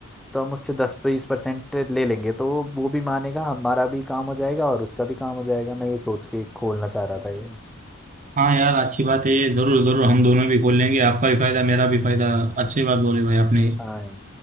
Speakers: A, in the centre; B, on the right (about 35°).
A: तो हम उससे दस बीस परसेंट ले लेंगे तो वो वो भी मानेगा हमारा भी काम हो जाएगा और उसका भी काम हो जाएगा मैं ये सोच के खोलना चाह रहा था ये
B: हाँ यार अच्छी बात है ये जरूर जरूर हम दोनों भी खोल लेंगे आपका भी फायदा मेरा भी फायदा अच्छी बात बोली भाई आपने
A: हाँ यार,